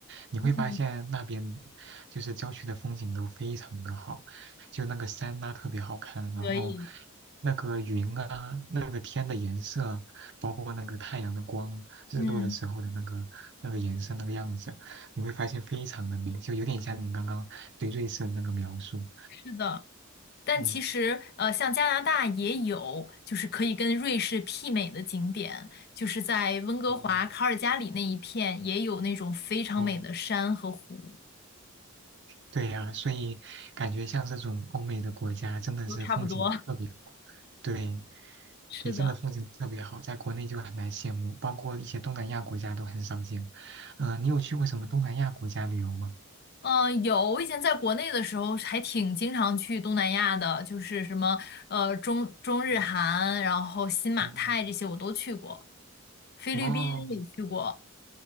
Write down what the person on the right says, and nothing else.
你会发现那边
就是郊区的风景都非常的好，就那个山呐、特别好看，然后
那个云啊，那个天的颜色，包括那个太阳的光，日落的时候的那个那个颜色那个样子，
你会发现非常的美，就有点像你刚刚对瑞士的那个描述，
嗯
嗯。
哦对呀，所以感觉像这种欧美的国家真的是风景特别好，
对，
对，真的风景特别好，在国内就很难羡慕，包括一些东南亚国家都很少见。嗯、你有去过什么东南亚国家旅游吗？
嗯
哦